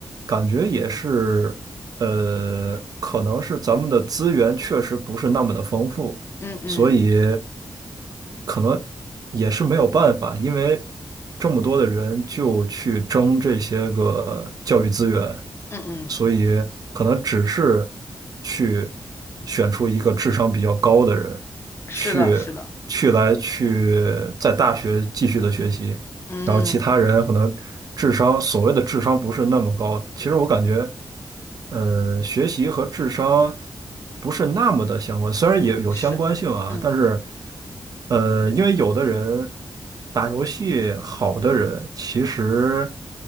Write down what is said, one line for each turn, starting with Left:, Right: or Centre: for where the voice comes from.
Right: 感觉也是，呃，可能是咱们的资源确实不是那么的丰富，
Left: 嗯嗯
Right: 所以可能也是没有办法，因为这么多的人就去争这些个教育资源，
Left: 嗯嗯，
Right: 所以可能只是去选出一个智商比较高的人，
Left: 是的，
Right: 去去来去在大学继续的学习，
Left: 是的，嗯。
Right: 然后其他人可能智商，所谓的智商不是那么高。其实我感觉，呃，学习和智商不是那么的相关，虽然也有相关性啊，
Left: 是，嗯
Right: 但是，呃，因为有的人打游戏好的人，其实